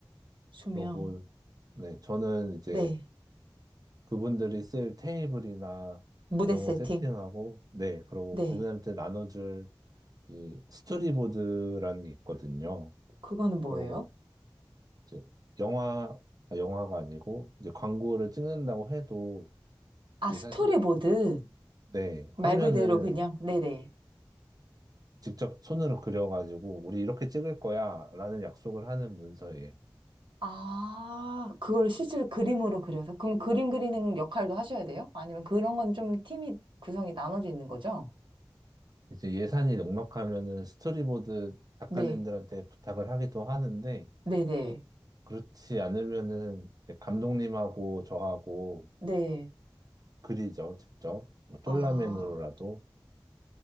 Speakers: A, on the right; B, on the right.
A: 조명.
B: 그러고, 네, 저는 이제
A: 네.
B: 그분들이 쓸 테이블이나
A: 무대
B: 이런
A: 세팅.
B: 거 세팅하고, 네, 그러고
A: 네.
B: 그분한테 나눠줄 이 스토리보드라는 게 있거든요.
A: 그거는 뭐예요?
B: 그러고 이제 영화, 아, 영화가 아니고 이제 광고를 찍는다고 해도
A: 아,
B: 이게
A: 스토리보드.
B: 사실, 네,
A: 말
B: 화면을
A: 그대로 그냥, 네네.
B: 직접 손으로 그려가지고 우리 이렇게 찍을 거야 라는 약속을 하는 문서에
A: 아, 그걸 실제로 그림으로 그려서. 그럼 그림 그리는 역할도 하셔야 돼요? 아니면 그런 건 좀 팀이 구성이 나눠져 있는 거죠?
B: 이제 예산이 넉넉하면은 스토리보드 작가님들한테
A: 네.
B: 부탁을 하기도 하는데
A: 네네.
B: 그렇지 않으면은 이제 감독님하고 저하고
A: 네.
B: 그리죠, 직접. 뭐 쫄라맨으로라도.
A: 아.